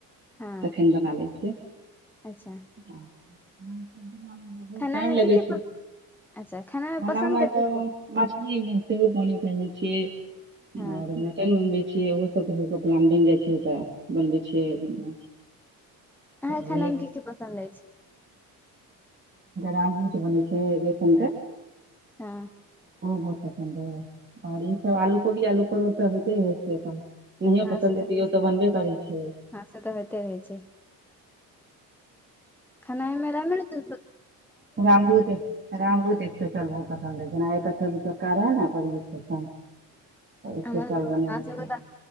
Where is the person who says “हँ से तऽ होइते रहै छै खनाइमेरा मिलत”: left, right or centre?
Centre